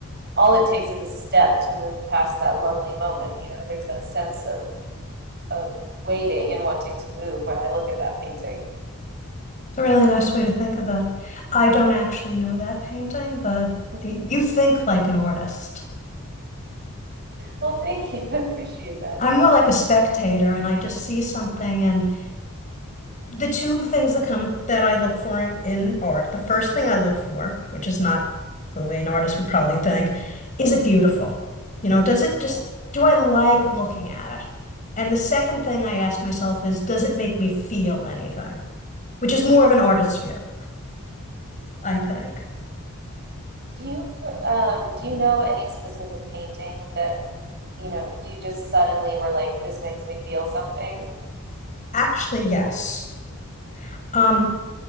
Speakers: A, on the right; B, on the left.
A: all it takes is a step to move past that lonely moment. You know, there's that sense of of waiting and wanting to move when I look at that painting.
B: it's a really nice way to think of it. I don't actually know that painting, but
A: <laughs>
B: y- you think like an artist.
A: Well, thank you. <laughs> I appreciate that.
B: I'm more like a spectator and I just see something and the two things that come that I look for in, in art, the first thing I look for, which is not the way an artist would probably think, is it beautiful? You know, does it
A: Mhm.
B: just, do I like looking at it? And the second thing I ask myself is, does it make me feel anything? which is more of an artist's view, I think.
A: Do you um do you know any specific painting that, you know, you just suddenly were like, this makes me feel something?
B: Actually, yes. Um,